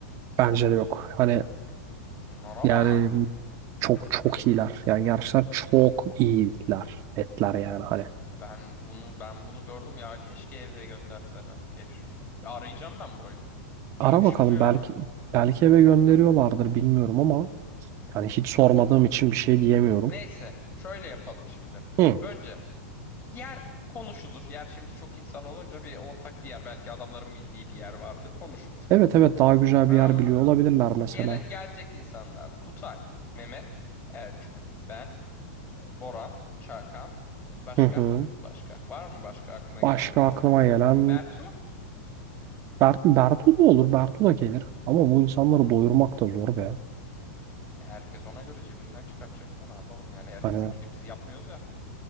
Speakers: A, on the right (about 40°); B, on the left (about 30°).
A: bence de yok. Hani
B: Şunlara
A: yani
B: bak.
A: çok çok iyiler. Yani gerçekten çok iyiler etler yani hani.
B: Ben bunu ben bunu gördüm ya keşke eve gönderseler. Keşke. Ya Arayacağım ben burayı. Neymiş
A: Ara bakalım
B: bu ya?
A: belki belki eve gönderiyorlardır bilmiyorum ama yani hiç sormadığım için bir şey diyemiyorum.
B: Neyse, şöyle yapalım şimdi.
A: Hı.
B: Önce Yer konuşulur. Yer şimdi çok insan olunca bir ortak bir yer. Belki adamların bildiği bir yer vardır. Konuşulur.
A: Evet evet daha güzel
B: Tamam
A: bir yer biliyor
B: mı?
A: olabilirler mesela.
B: Gele, gelecek insanlar. Kutay, Mehmet, Ercük, ben, e, Boran, Çakan. Başka?
A: Hı hı.
B: Başka. Var mı başka aklına
A: Başka
B: gelen gelecek?
A: aklıma gelen
B: Bertu?
A: Bert, Bertu da olur, Bertu da gelir. Ama bu insanları doyurmak da zor be.
B: E, Herkes ona göre cebinden çıkartacak da ne yapalım yani herkesinkini
A: Hani
B: biz yapmıyoruz ya.